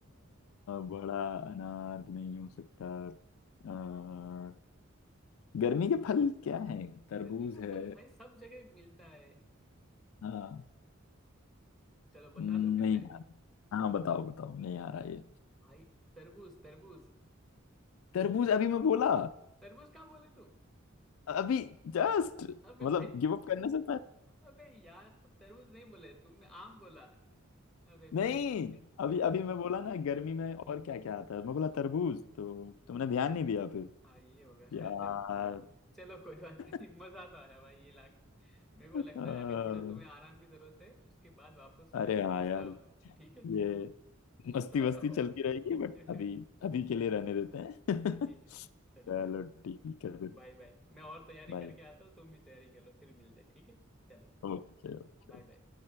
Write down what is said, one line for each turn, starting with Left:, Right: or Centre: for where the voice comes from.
Left: बड़ा अनार नहीं हो सकता आ, गर्मी के फल क्या है तरबूज
Centre: गर्मी का
Left: है
Centre: फल भाई सब जगह मिलता है
Left: हाँ
Centre: चलो बता
Left: नहीं
Centre: दो फिर मैं
Left: आ रहा हाँ बताओ बताओ नहीं आ रहा ये
Centre: भाई तरबूज तरबूज
Left: तरबूज अभी मैं बोला
Centre: तरबूज कहाँ बोले तू
Left: अभी जस्ट
Centre: अबे
Left: मतलब
Centre: भाई
Left: गिव अप करने से
Centre: अबे यार तो तरबूज नहीं बोले तुमने आम बोला अबे
Left: नहीं
Centre: भाई <laughs>
Left: अभी अभी मैं बोला ना गर्मी में और क्या क्या आता है मैं बोला
Centre: हाँ
Left: तरबूज तो तुमने ध्यान नहीं दिया फिर
Centre: हाँ ये होगा शायद
Left: यार
Centre: तक चलो कोई बात नहीं
Left: <laughs>
Centre: <laughs> मजा तो आया भाई ये लाख मेरे को लगता
Left: अ,
Centre: है अभी थोड़ा तुम्हें आराम की जरूरत है उसके बाद वापस
Left: अरे हाँ
Centre: पूछता
Left: यार
Centre: हूँ ठीक है
Left: ये
Centre: तुम
Left: मस्ती
Centre: थोड़ा
Left: वस्ती
Centre: सा <laughs>
Left: चलती रहेगी बट
Centre: ठीक
Left: अभी अभी के लिए रहने देते हैं
Centre: है ठीक
Left: <laughs>
Centre: है चलो
Left: चलो
Centre: भाई
Left: ठीक है फिर
Centre: Bye bye मैं और तैयारी
Left: बाय
Centre: करके आता हूँ तुम भी तैयारी कर लो फिर मिलते हैं ठीक है चलो
Left: Okay okay
Centre: Bye bye